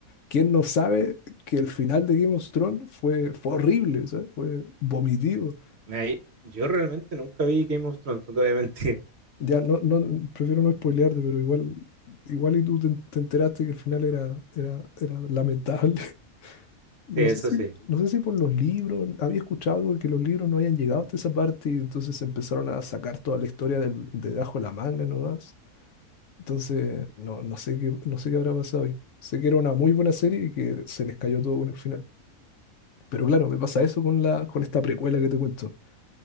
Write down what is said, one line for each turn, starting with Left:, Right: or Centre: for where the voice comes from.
Left: quién no sabe que el final de Game of Thrones fue, fue horrible, ¿sabes? Fue vomitivo.
Right: Mira, ahí- yo realmente nunca vi Game of Thrones, no te voy a mentir. <laughs>
Left: Ya no, no, prefiero no spoilearte, pero igual, igual y tú te, te enteraste que el final era, era, era lamentable. No
Right: Sí, eso
Left: sé si,
Right: sí,
Left: no sé si por los libros, había escuchado algo de que los libros no habían llegado hasta esa parte y entonces empezaron a sacar toda la historia del, de bajo la manga nomás. Entonces, no, no sé qué, no sé qué habrá pasado ahí. Sé que era una muy buena serie y que se les cayó todo con el final. Pero claro, me pasa eso con la, con esta precuela que te cuento